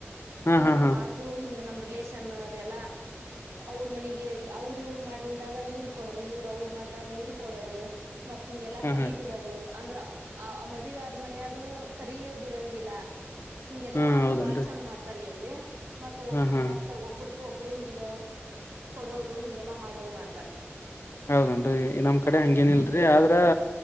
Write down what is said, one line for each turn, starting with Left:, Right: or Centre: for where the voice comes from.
Left: ಹಾ
Right: ಅಂದ್ರ
Left: ಹಾ
Right: ನಮ್
Left: ಹಾ
Right: ಆಜು ಹಿಂಗ್ ನಮ್ ರಿಲೇಷನ್ ಅದೆಲ್ಲಾ ಅವರು ಮನೆಗೆ ಅವರು ಇವ ಇರು ಮಾಡ್ಲಿಲ್ದಾಗ ಇವ್ರಿಗೆ ಕೊಡದು ಇವ್ರು ಅವ್ರ ಮಾಡ್ದಾಗ ಇವ್ರಿ ಕೊಡದು ಮತ್ ಹಿಂಗೆಲ್ಲಾ
Left: ಹಾ
Right: ಕರಿ
Left: ಹಾ
Right: ಬಿಡಾದು ಅಂದ್ರ ಆ ಆ ಮದ್ವೆ ಆದ್ ಮನೆಯಾಗನೂ ಕರಿ ಬಿಡಂಗಿಲ್ಲ ಹಿಂಗೆಲ್ಲಾ
Left: ಹಾ ಹೌದನ್ರಿ
Right: ಬಾಳ ಚಂದ ಮಾಡ್ತಾರೀ ಅಲ್ಲಿ ಮತ್ ಒಬ್ಬರ್
Left: ಹಾ ಹಾ
Right: ಮತ್ ಒಬ್ಬರು ಕ್ ಒಬ್ರು ಹಿಂಗ ಕೊಡೋದು ಹಿಂಗೆಲ್ಲಾ ಮಾಡೋದು ಮಾಡ್ತಾರ.
Left: ಹೌದೆನ್ರಿ ನಮ್ ಕಡೆ ಹಂಗೇನಿಲ್ಲ ರೀ ಆದ್ರೆ